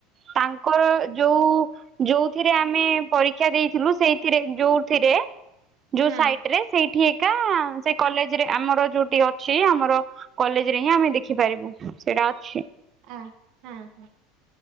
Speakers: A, on the right; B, on the right.
A: ତାଙ୍କର ଯୋଉ ଯୋଉଥିରେ ଆମେ ପରୀକ୍ଷା ଦେଇଥିଲୁ ସେଇଥିରେ ଯୋଉଥିରେ ଯୋଉ
B: ହଁ
A: ସାଇଟରେ ସେଇଠି ସେଇ କଲେଜରେ ଆମର ଯୋଉଠି ଅଛି ଆମର କଲେଜ ରେ ହିଁ ଆମେ ଦେଖିପାରିବୁ। ସେଟା ଅଛି।
B: ଅ ହଁ ହଁ